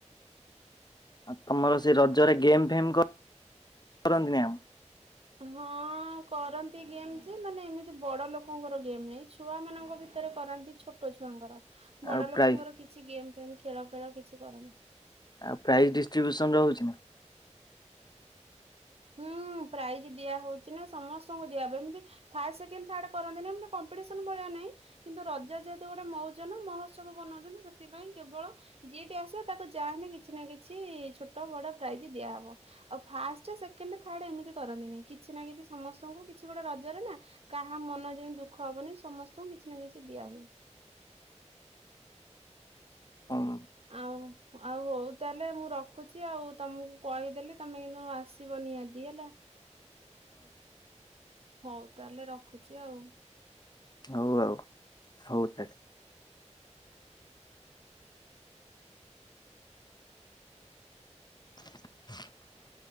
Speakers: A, on the left; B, on the right.
A: ଆଉ ତମର ସେ ରଜରେ ଗେମ୍ ଫେମ୍ କଁ କରନ୍ତିନି ଆଉ।
B: ହଁ କରନ୍ତି ଗେମ୍ ଯେ ମାନେ ଏମିତି ବଡ଼ ଲୋକଙ୍କର ଗେମ୍ ନାହିଁ ଛୁଆ ମାନଙ୍କ ଭିତେରେ କରାନ୍ତି ଛୋ ଛୋଟ ଛୁଆଙ୍କର
A: ଆଉ
B: ବଡ଼
A: ପ୍ରାଇଜ
B: ଲୋକଙ୍କର କିଛି ଗେମ୍ ଫେମ୍ ଖେଳ ଫେଳ କିଛି କର
A: ଆଉ ପ୍ରାଇଜ୍ ଡିଷ୍ଟ୍ରିବ୍ୟୁସନ ରହୁଚିନା?
B: ହୁଁ ପ୍ରାଇଜ୍ ଦିଆ ହଉଚିନା ସମସ୍ତଙ୍କୁ ଦିଆ ହବ ଏମିତି ଫାର୍ ସେକଣ୍ଡ ଥାର୍ଡ କରନ୍ତିନି ଏମି କମ୍ପିଟିସନ୍ ଭଳିଆ ନାଇଁ। କିନ୍ତୁ ରଜ ଯେହେତୁ ଗୋଟେ ମୌଜନା ମହୋତ୍ସବ ବନାଉଚନ୍ତି ସେଥିପାଇଁ କେବଳ ଯିଏବି ଆସିବ ତାକୁ ଯାହାଲେ କିଛିନା କିଛି ଛୋଟ ବଡ଼ ପ୍ରାଇଜ୍ ଦିଆହବ। ଆଉ ଫାଷ୍ଟ ସେକେଣ୍ଡ ଥାର୍ଡ ଏମିତି କରନ୍ତିନି କିଛିନା କିଛି ସମସ୍ତଙ୍କୁ କିଛି ଗୋଟେ ରଜରେ ନା କାହା ମନ ଯେମିତି ଦୁଃଖ ହବନି ସମସ୍ତଙ୍କୁ କିଛିନା କିଛି ଦିଆ ହୁଏ।
A: ହଉ
B: ଆଉ ଆଉ ହଉ ତାହେଲେ ମୁଁ ରଖୁଛି ଆଉ ତମକୁ କହିଦେଲି ତମେ କିନ୍ତୁ ଆସ ଆବନି ଆଜି ହେଲା ହୋଉ ତାହେଲେ ରଖୁଛି ଆଉ।
A: ହଉ ଆଉ ହଉ ତାହାଲେ। <inaudible>